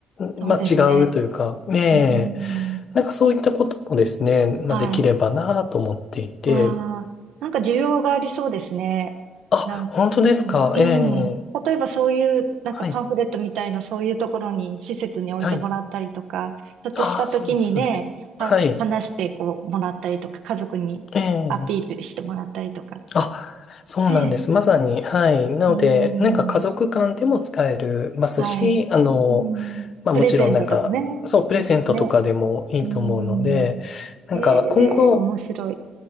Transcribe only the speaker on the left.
んまあ違うというか、
ねえ、
なんかそういったこともですね、まあできればなと思っていて、
あ、
本当ですか、
ええ、
はい、
はい、
ああ、そうです、そうです。
はい、
ええ。あ、そうなんです。
まさに、はい。なので、
なんか家族間でも使えるますし、
あの、
まあもちろんなんか、
そう、プレゼントとかでもいいと思うので、
なんか今後、